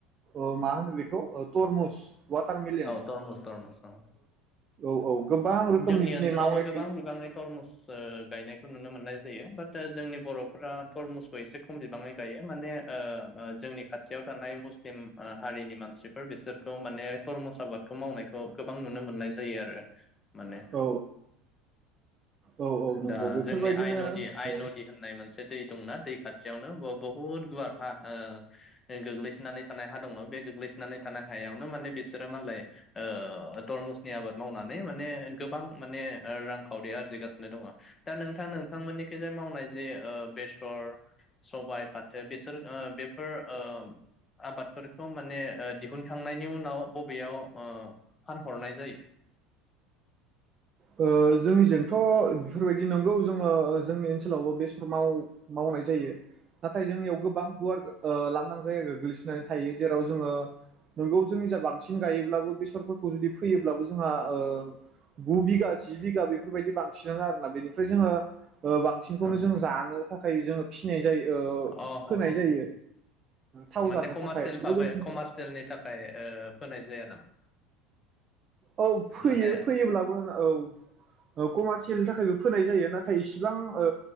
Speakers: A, on the right; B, on the left.
A: ओ मा होनो बेखौ तरमुस वाटारमेलेन
B: औ थरमस थरमस औ
A: औ औ गोबां रोखोमनि
B: जोंनि ओनसोलावबो
A: दिनै मावनायखौ
B: गोबां बिबाङै थरमुस ओ गायनायखौ नुनो मोननाय जायो बात ओ जोंनि बर'फोरा थरमुस खौ एसे खम बिबांङै गायो माने ओ ओ जोंनि खाथियाव थानाय मुस्लिम ओ हारिनि मानसिफोर बिसोरखौ माने थरमुस आबादखौ मावनायखौ गोबां नुनो मोननाय जायो आरो माने
A: औ औ औ नंगौ
B: दा
A: बेफोरबायदिनो
B: जोंनि आइ नदि आइ
A: औ
B: नदि होननाय मोनसे दै दंना दै खाथियावनो बुहुत गुवार हा ओ गोग्लैसोनानै थानाय हा दङ बे गोग्लैसानै थानाय हायावनो माने बिसोरो मालाय ओ तरमुसनि आबाद मावनानै माने गोबां माने रांखावरिया आरजिगासिनो दङ दा नोंथां नोंथांमोननिखै जाय मावनाय जि ओ बेसर सबाय फाथो बेसोर ओ बेफोर ओ आबादफोरखौ माने ओ दिहुनखांनायनि उनाव बबेयाव ओ फानहरनाय जायो <inaudible>
A: ओ जोंनिजोंथ' बेफोर बायदि नंगौ जोङो ओ जोंनि ओनसो लाव‌ बेसर माव मावनाय जायो नाथाय जोंनियाव गोबां गुवार ओ लांदां जाया गोग्लैसोनानै थायो जेराव जोङो नोंगौ जोंनि जा बांसिन गायोब्लाबो बेसरफोरखौ जुदि फैयोब्लाबो जोंहा ओ गु बिघा जि बिघा बेफोर बायदि बांसिनानो आरोना बेनिफ्राय जोङो ओ बांसिनखौनो
B: ओ
A: जों जानो थाखाय <unintelligible> जोङो फिनाय जायो ओ
B: अ ह
A: फोनाय
B: ह
A: जायो
B: ओम
A: थाव
B: माने
A: जानो
B: उम कमारसियेल
A: थाखाय
B: फाबोय
A: लोगोसे
B: कमार्सियेलनि थाखाय ओ फोनाय जाया नामा?
A: औ फैयो
B: माने
A: फैयोब्लाबो औ कमारसि थाखायबो फोनाय जायो नाथाय नाथाय इसिबां ओ